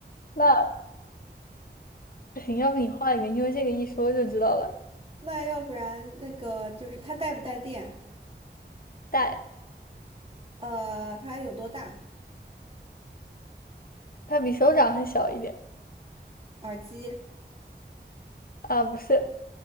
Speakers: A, on the left; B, on the right.
A: 那不行，要不你换一个，因为这个一说就知道了。
B: 那要不然那个就是它带不带电？
A: 戴，
B: 呃，它有多大？
A: 它比手掌还小一点
B: 耳机，
A: 啊，不是，